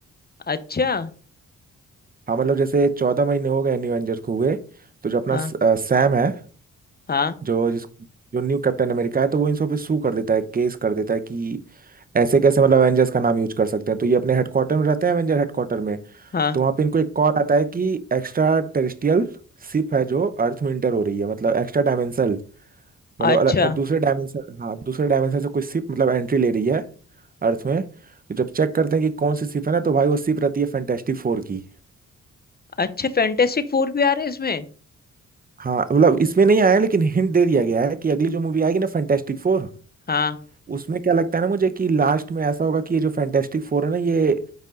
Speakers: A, on the left; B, on the right.
A: अच्छा
B: हाँ मतलब जैसे चौदह महीने हो गए न्यू एवेंजर्स को हुए तो जो अपना
A: हाँ
B: सैम है
A: हाँ
B: जो जिस जो न्यू कैप्टन अमेरिका है तो वो इन सब पे सू कर देता है केस कर देता है कि ऐसे कैसे मतलब एवेंजर्स का नाम यूज कर सकते हैं तो ये अपने हेडक्वार्टर में रहते हैं एवेंजर हेडक्वार्टर में
A: हाँ
B: तो वहाँ पे इनको एक कॉल आता है कि एक्स्ट्रा टेरेस्ट्रियल शिप है जो अर्थ में इंटर हो रही है मतलब एक्स्ट्रा डायमेंशनल मतलब
A: अच्छा
B: अलग दूसरे डायमेंशन हाँ दूसरे डायमेंशन से कोई शिप मतलब एंट्री ले रही है अर्थ में तो जब चेक करते हैं कि कौन सी शिप है ना तो भाई वो शिप रहती है फैंटेस्टिक फोर की
A: अच्छा फैंटेस्टिक फोर भी आ रहे हैं इसमें
B: हाँ मतलब इसमें नहीं आया लेकिन हिंट दे दिया गया है कि अगली जो मूवी आएगी ना फैंटेस्टिक फोर
A: हाँ
B: उसमें क्या लगता है ना मुझे कि लास्ट में ऐसा होगा कि ये जो फैंटेस्टिक फोर है ना ये